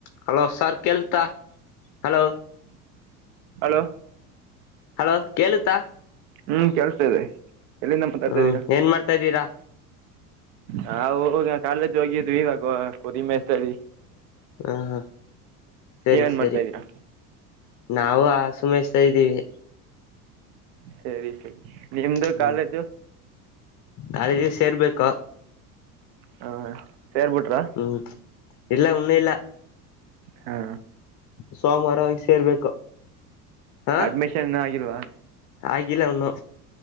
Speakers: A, on the left (about 40°); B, on the right (about 60°).
A: Hello sir ಕೇಳ್ತಾ hello
B: hello
A: hello ಕೇಳುತ್ತಾ
B: ಹ್ಮ್ ಕೆಲ್ಸತ ಇದೆ ಎಲ್ಲಿಂದ ಮಾತಾಡ್ತಾಿದ್ದೀರಾ
A: ಹ್ಮ್ ಏನ್ ಮಾಡ್ತಾ ಇದ್ದೀರಾ
B: ನಾವು ಹಗ ಕಾಲೇಜ್ ಹೋಗಿದ್ರು ಇವಾಗ ಕೊರಿಮೆಸ್ತಳಿ
A: ಹಾ ಹಾ ಸರಿ
B: ನೀವೇನ್
A: ಸರಿ
B: ಮಾಡ್ತಾ ಇದ್ದೀರಾ
A: ನಾವು ಆ ಸುಮಸ್್ತಾ ಇದ್ದೀವಿ
B: ಸರಿ ಸರಿ ನಿಮ್ದು
A: ಹ್ಮ್
B: ಕಾಲೇಜು
A: ಕಾಲೇಜಿಗೆ ಸೇರ್ಬೇಕಾ.
B: ಹಾಂ ಸೇರ್ಬಿಟ್ರಾ
A: ಹ್ಮ್ ಇಲ್ಲ. ಮುನ್ನೆಲ.
B: ಹಾ.
A: ಸೋಮವಾರ ಸೇರ್ಬೇಕು ಹಾ
B: ಅಡ್ಮಿಷನ್ ಇನ್ನೂ ಆಗಿಲ್ವಾ
A: ಆಗಿಲ್ಲ ಅವನು.